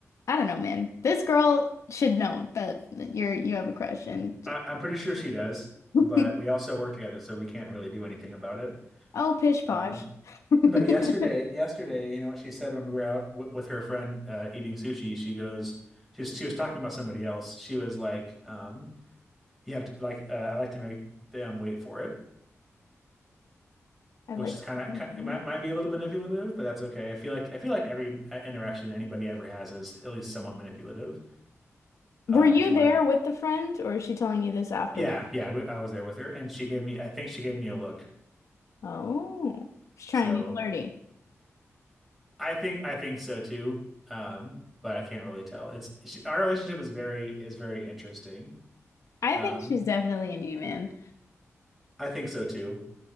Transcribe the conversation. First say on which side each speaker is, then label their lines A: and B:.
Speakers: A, on the left; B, in the centre.
A: I don't know, man. This girl should know that you're you have a crush, and
B: I, I'm pretty sure she does,
A: uh,
B: but
A: <laughs>
B: we also work together, so we can't really do anything about it.
A: Oh, pish posh.
B: Um,
A: <laughs> I
B: but yesterday, yesterday, you know what she said when we were out w with her friend uh, eating sushi? She goes, she was, she was talking about somebody else. She was like, um, you have to like uh, I like to make them wait for it, which
A: like
B: is kind of
A: making
B: it
A: my
B: might might
A: foot.
B: be a little manipulative, but that's okay. I feel like I feel like every uh, interaction anybody ever has is at least somewhat manipulative.
A: Were
B: Uh,
A: you
B: if you
A: there
B: want to
A: with the friend or is she telling you this afterward?
B: Yeah, yeah, we, I was there with her, and she gave me, I think she gave me a look.
A: Oh, she's trying
B: So
A: to be flirty.
B: I think, I think so too. Um, but I can't really tell. It's she, our relationship is very is very interesting.
A: I
B: Um,
A: think she's definitely into you, man.
B: I think so too.